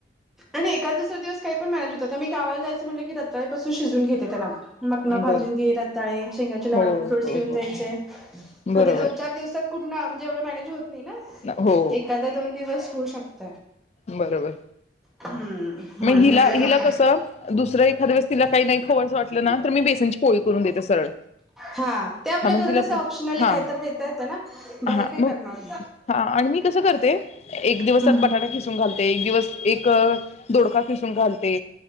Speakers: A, in the centre; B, on the left.
A: आणि एखाद दुसरा दिवस काही पण मॅनेज होता त मी गावाला जायचं म्हटलं की रताळ्यापासून शिजून घेते त्याला मकना
B: बरं
A: भाजून घे रताळे शेंगाचे लाडू
B: हो
A: फ्रूट्स
B: हो
A: घेऊन
B: हो
A: जायचे
B: बरोबर
A: म ते दोन चार दिवसात कुटना म्हणजे एवढ मॅनेज होत नाही ना
B: हो
A: एखादा दोन दिवस होऊ शक
B: बरोबर
A: हम्म
B: म
A: म्हणून
B: हिला
A: म्हणलं
B: हिला
A: नको
B: कसं दुसरं एखाद्या वेळेस तिला काही नाही खवचं वाटलं ना तर मी बेसनची पोळी करून देते सरळ
A: हा ते आपल्या
B: हा मग
A: घरातं
B: तिला
A: अस ऑप्शनली
B: हा
A: काहीतरी देता येतं ना बाहेर
B: हा
A: काय
B: मग
A: करणार
B: हा आणि मी कसं करते एक दिवसात
A: हूं
B: बटाटा खिसून एक दिवस एक दोडका खिसून घालते.